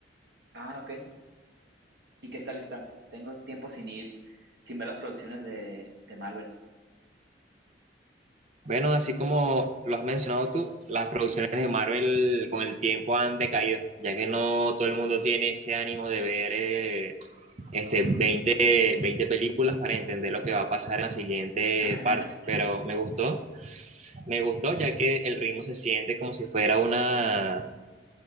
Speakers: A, on the right; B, on the right.
A: Ah, ok. ¿Y qué tal está? Tengo tiempo sin ir, sin ver las producciones de, de Marvel.
B: Bueno, así como lo has mencionado tú, las producciones de Marvel con el tiempo han decaído, ya que no
A: Mm.
B: todo el mundo tiene ese ánimo de ver eh, este, veinte veinte películas para entender lo que va a pasar en la siguiente
A: <laughs>
B: parte. Pero me gustó,
A: Ok,
B: me gustó, ya que el ritmo se siente como si fuera una,